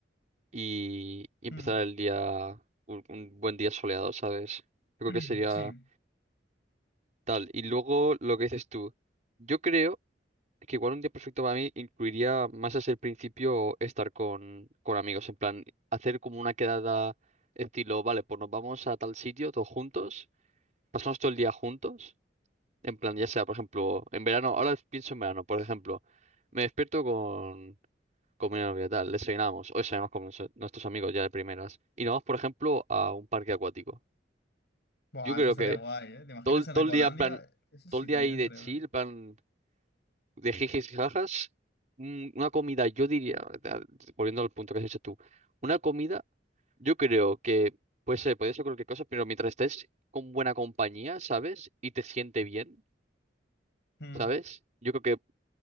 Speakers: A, on the right (about 45°); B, on the left (about 65°).
A: y, y empezar
B: Mm,
A: el día, un, un buen día soleado, ¿sabes? Yo creo
B: <clears throat>
A: que sería
B: Sí,
A: tal. Y luego lo que dices tú, yo creo que igual un día perfecto para mí incluiría más desde el principio estar con, con amigos, en plan, hacer como una quedada estilo, vale, pues nos vamos a tal sitio todos juntos, pasamos todo el día juntos, en plan, ya sea, por ejemplo, en verano, ahora pienso en verano, por ejemplo. Me despierto con, Comunidad obligatoria, desayunamos, o desayunamos con nuestro- nuestros amigos ya de primeras. Y nos vamos, por ejemplo, a un parque acuático.
B: Buah,
A: Yo creo
B: eso estaría
A: que
B: guay, ¿eh? ¿Te imaginas
A: todo, el-
B: en
A: todo
B: Ecolandia?
A: el día, en plan,
B: Eso
A: todo
B: sí,
A: el día
B: también
A: ahí
B: estaría
A: de chill,
B: guay.
A: en plan, de jijis y jajas, un- una comida, yo diría, ¿verdad? volviendo al punto que has hecho tú, una comida, yo creo que puede ser, puede ser cualquier cosa, pero mientras estés con buena compañía, ¿sabes? Y te siente bien,
B: Mm.
A: ¿sabes? Yo creo que